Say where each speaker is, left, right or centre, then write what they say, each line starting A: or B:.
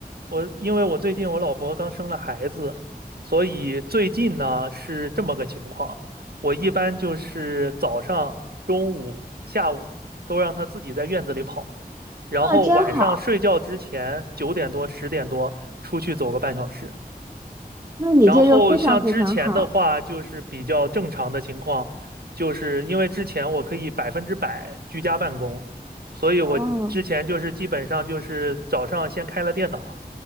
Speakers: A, on the right; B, on the right.
A: 我因为我最近我老婆刚生了孩子，所以最近呢是这么个情况，我一般就是早上、中午、下午都让她自己在院子里跑，然后晚上睡觉之前九点多、
B: 啊，真好，
A: 十点多出去走个半小时。
B: 那你这个非常非常好。
A: 然后像之前的话，就是比较正常的情况，就是因为之前我可以百分之百居家办公，所以我之前就是基本上就是早上先开了电脑，
B: 哦，